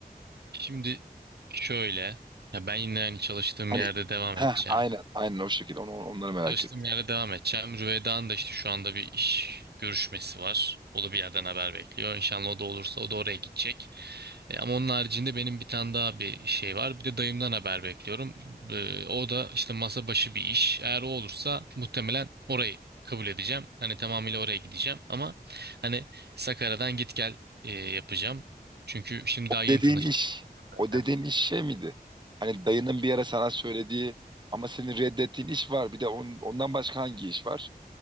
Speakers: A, on the right; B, on the right.
A: Şimdi şöyle, ya ben yine hani çalıştığım
B: Hani
A: yerde devam
B: heh,
A: edeceğim.
B: aynen aynen o şekilde onu, onları merak
A: Çalıştığım
B: ettim.
A: yerde devam edeceğim. Rüvedan da işte şu anda bir iş görüşmesi var. O da bir yerden haber bekliyor. İnşallah o da olursa o da oraya gidecek. E, ama onun haricinde benim bir tane daha bir şey var. Bir de dayımdan haber bekliyorum. E, o da işte masa başı bir iş. Eğer o olursa muhtemelen orayı kabul edeceğim. Hani tamamıyla oraya gideceğim. Ama hani Sakarya'dan git gel e, yapacağım. Çünkü şimdi
B: O
A: daha yeni
B: dediğin
A: tanıştık
B: iş
A: zaten.
B: o dediğin iş şey miydi? Hani dayının bir ara sana söylediği ama senin reddettiğin iş var. Bir de on- ondan başka hangi iş var?